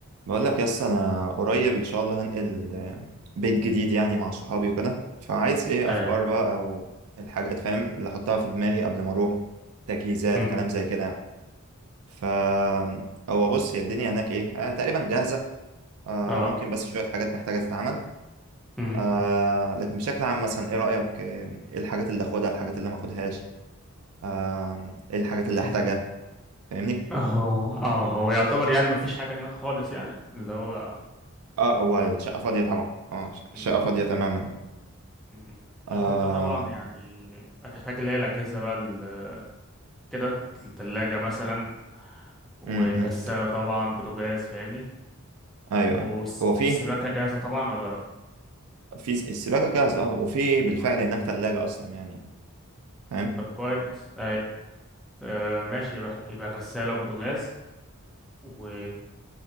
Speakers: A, on the right; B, in the centre.
A: بقول لك يس انا قريب ان شاء الله هنقل آه، بيت جديد يعني مع صحابي وكده فعايز ايه
B: ايوه
A: افكار بقى او الحاجات فاهم اللي احطها في دماغي قبل ما اروح تجهيزات
B: أمم،
A: كلام زي كده ف هو بص هي الدنيا هناك ايه آه تقريبا جاهزة آه
B: اه
A: ممكن بس شوية حاجات محتاجة تتعمل
B: أمم،
A: آه لكن بشكل عام مثلا ايه رأيك آه، ايه الحاجات اللي اخدها الحاجات اللي ما اخدهاش آه ايه الحاجات اللي احتاجها
B: أمم.
A: فاهمني
B: هو اه هو يعتبر يعني ما فيش حاجة هناك خالص يعني اللي هو
A: اه هو الشقة فاضية طبعا اه الشقة
B: أمم،
A: فاضية تماما
B: أمم.
A: آه
B: هو انت طبعا يعني هتحتاج اللي هي الأجهزة بقى ال- كده التلاجة مثلا وغسالة
A: م- م-
B: طبعا بوتاجاز فاهمني
A: ايوه
B: والس-
A: ايوه هو في
B: والسباكة جاهزة طبعا ولا لأ
A: في السباكه جاهزه اه وفي بالفعل
B: اه
A: هناك ثلاجه اصلا يعني فاهم
B: طب كويس اي آه ماشي يبقى يبقى غسالة وبوتاجاز و